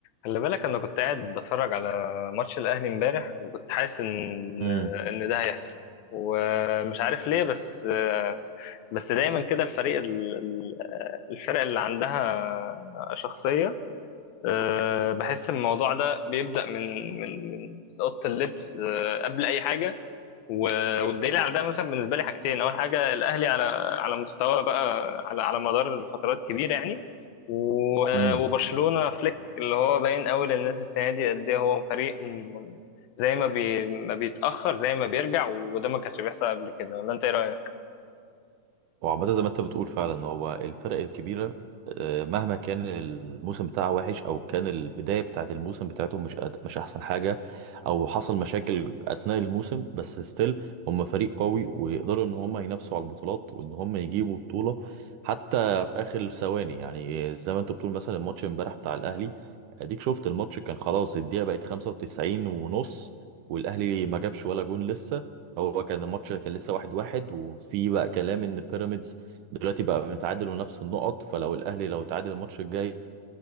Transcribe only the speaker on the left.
خلي بالك انا كنت قاعد بتفرج على ماتش الاهلي امبارح وكنت حاسس ان
ان ده هيحصل ومش عارف ليه بس بس دايما كده الفريق ال- ال- الفرق اللي عندها شخصية أه، بحس الموضوع ده بيبدأ من من من أوضة اللبس أه، قبل أي حاجة و- والدليل على ده مثلا بالنسبه لي حاجتين اول حاجه الاهلي على على مستوى بقى على على مدار فترات كبيره يعني و-
وبرشلونه فليك اللي هو باين قوي للناس السنه دي قد ايه هو فريق م- زي ما بي ما بيتاخر زي ما بيرجع وده ما كانش بيحصل قبل كده ولا انت ايه رايك؟